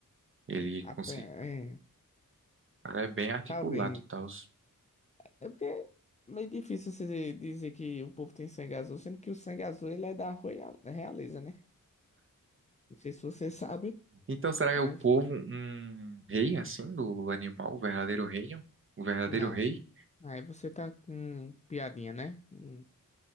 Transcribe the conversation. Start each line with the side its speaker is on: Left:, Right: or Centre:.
Right: Ele
Left: a
Right: consegue.
Left: pe- é,
Right: É bem articulado
Left: talvez.
Right: e tal.
Left: É porque é meio difícil você dizer que o povo tem sangue azul, sendo que o sangue azul ele é da roya- realeza, né? Não sei se você sabe,
Right: Então, será que
Left: mas.
Right: é o povo um rei, assim, do animal? O verdadeiro reino? O verdadeiro
Left: Não.
Right: rei?
Left: Aí você tá com piadinha, né? Hum.